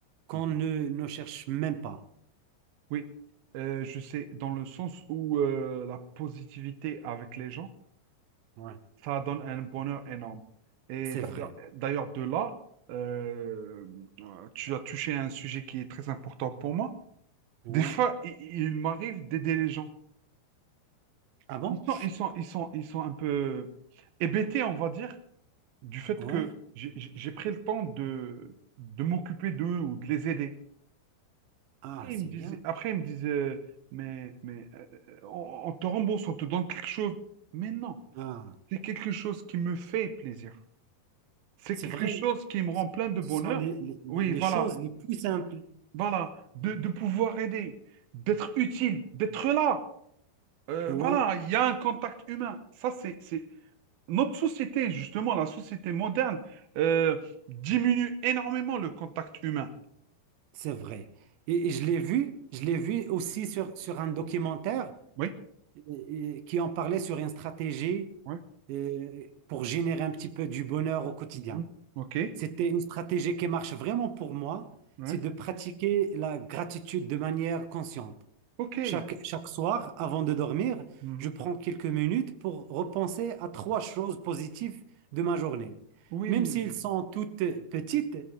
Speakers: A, on the right; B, on the right.
A: qu'on
B: Mhm.
A: ne, ne cherche même pas.
B: Oui. Euh, je sais, dans le sens où euh, la positivité avec les gens,
A: Ouais,
B: ça donne un bonheur énorme. Et
A: c'est
B: d'ailleurs,
A: vrai.
B: d'ailleurs de là, euh, euh, tu as touché à un sujet qui est très important pour moi.
A: Ouais.
B: Des fois, il, il m'arrive d'aider les gens.
A: Ah bon?
B: Ils sont, ils sont, ils sont, ils sont un peu hébétés, on va dire, du fait
A: Ouais.
B: que j'ai j'ai- pris le temps de, de m'occuper d'eux ou de les aider.
A: Ah,
B: Après, ils
A: c'est
B: me disaient,
A: bien.
B: après, ils me disaient, euh, mais, mais euh, euh, on, on te rembourse, on te donne quelque chose. Mais non,
A: Ah,
B: c'est quelque chose qui me fait plaisir. C'est
A: c'est
B: quelque
A: vrai.
B: chose qui me rend plein de
A: Ce
B: bonheur.
A: sont les, les-
B: Oui,
A: les
B: voilà,
A: choses les plus simples.
B: voilà, de, de pouvoir aider, d'être utile, d'être là. Euh,
A: Ouais,
B: voilà, il y a un contact humain. Ça, c'est, c'est, notre société, justement, la société moderne, euh, diminue énormément le contact humain.
A: c'est vrai. Et, et je l'ai vu, je
B: Mhm.
A: l'ai vu aussi sur, sur un documentaire.
B: Oui,
A: et- et qui en parlait sur une stratégie
B: oui.
A: euh, pour générer un petit peu du bonheur au quotidien.
B: mhm. OK.
A: C'était une stratégie qui marche vraiment pour moi,
B: Ouais.
A: c'est de pratiquer la gratitude de manière consciente.
B: OK.
A: Chaque, chaque soir, avant de dormir,
B: mhm.
A: je prends quelques minutes pour repenser à trois choses positives de ma journée.
B: Oui.
A: Même s'ils sont toutes petites,